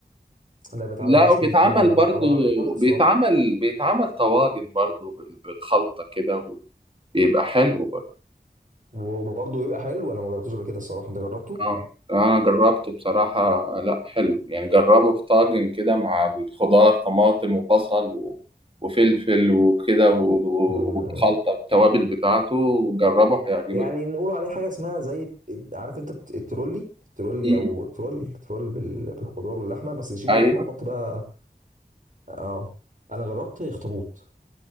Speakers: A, on the right (about 50°); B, on the right (about 30°).
A: لا بيتعمل
B: لا
A: مشوي
B: وبيتعمل
A: ولا
B: برضو
A: ما ما اعرفش الصراحه
B: بيتعمل بيتعمل طواجن برضو بال- بالخلطة كده بيبقى حلو برضو
A: وبرضه بيبقى حلو انا ما جربتوش قبل كده الصراحه انت جربته
B: اه انا جربته بصراحة لا حلو يعني جربه في طاجن كده مع الخضار طماطم وبصل و... وفلفل وكده و- و-
A: مم.
B: والخلطة التوابل بتاعته وجربه هيعجبك
A: يعني نقول عليه حاجه اسمها زي عارف انت الت- الترولي الترولي
B: مم.
A: او ترول ترول بال- بالخضار واللحمه بس نشيل
B: ايوه
A: اللحمه ونحط بقى اه انا جربت اخطبوط